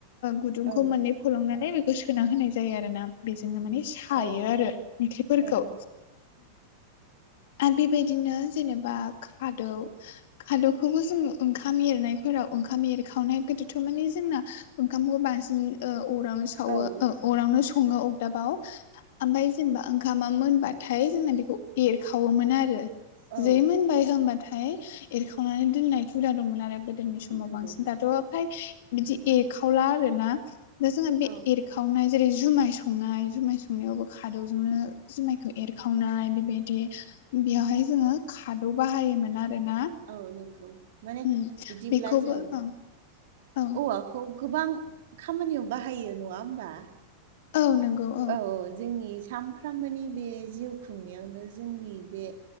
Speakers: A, on the left; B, on the right.
A: गुदुंखौ
B: औ
A: मोननै फलंनानै बेखौ सोना होनाय जायो आरो ना बेजोंनो माने। सायो
B: औ
A: आरो ओंख्रिफोरखौ
B: औ
A: आरो बेबायदिनो जेनेबा खादौ खादौखौबो जों ओंखाम एरनायफोराव ओंखाम एरखावनाय गोदोथ' माने जोंना ओंखामखौ बांसि अरावनो सावो
B: औ
A: अरदावावनो सो अगदाबाव ओमफ्राय जेनेबा ओं मोनबाथाय जोंना बेखौ एरखावोमोन आरो
B: औ
A: जै मोनबाय होनबा नाथाय एरखावनानै दोननाय हुदा दंमोन आरो गोदोनि समाव
B: नंगौ
A: बांसिन दाथ' फ्राय बिदि एरखावला आरोना दा जोङो बे
B: औ
A: खावनाय जेरै जुमाय संनाय जुमाय संनायावबो खादौजोंनो जुमायखौ एरखावनाय बेबायदि बेयावहाय जोङो खादौ बाहायोमोन आरोना
B: औ नंगौ माने
A: उम
B: बिदिब्ला
A: बेखौबो
B: जों
A: औ औ
B: औवाखौ गोबां खामानियाव बाहायो नङा होमबा?
A: औ नंगौ।
B: औ जोंनि सानफ्रामबोनि बे जिउ खुंनायावनो जोंनि बे